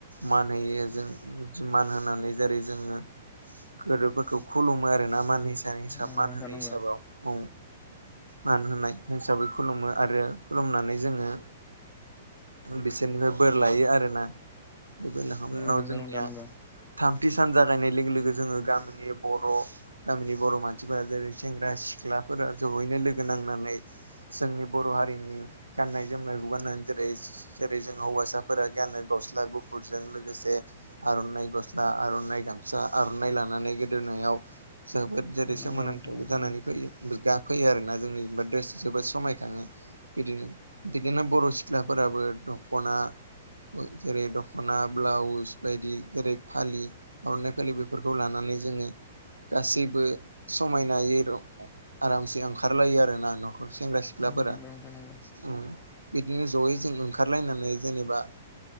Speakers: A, on the right (about 85°); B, on the left (about 25°).
A: मान होयो जों <unintelligible> मान होनानै जेरै जों ङो गोदोरफोरखौ खुलुमो आरोना मान हिसा हिसाब
B: नंगौ
A: मान
B: नोंथां
A: होनाय
B: नंगौ
A: हिसाबाव औ मान होनाय हिसाबै खुलुमो आरो खुलुमनानै जोङो उम बिसोरनिफ्राय बोर लायो आरोना <unintelligible> लाखांनायनि
B: अ
A: उनाव
B: नंगौ
A: जोंनिया
B: नोंथां नंगौ
A: थाम थि सान जागायनाय लोगो लोगो जोङो गामिनि बर' गामिनि बर' मानसिफोरा जेरै सेंग्रा सिख्ला फोरा जहैनो लोगो नांनानै जोंनि बर' हारिनि गान्नाय जोमनायखौ गाननानै जेरै जेरै जों हौवासाफोरा गानो गस्ला गुफुरजों लोगोसे आर'नाइ गस्ला आर'नाइ ग गामसा आर'नाइ लानानै गोदोनायाव जोबोद जेरै
B: नंगौ
A: सोमोनांथाव
B: नोंथां नंगौ
A: जानानै फैयो <unintelligible> फैयो आरोना जोंनिबा द्रेस जोबोद समायखाङो बिदिनो बिदिनो बर' सिख्लाफोराबो दख'ना ओ जेरै दख'ना ब्लाउस बायदि जेरै फालि आर'नाइ फालि बेफोरखौ लानान जोङो गासैबो समायनायै र आरामसे ओंखारलायो आरो ना न' खर सेंग्रा सिख्लाफोरा
B: ओम नंगौ नोंथां नंगौ
A: उम बिदिनो ज'यै जों ओंख खारलायनानै जेनेबा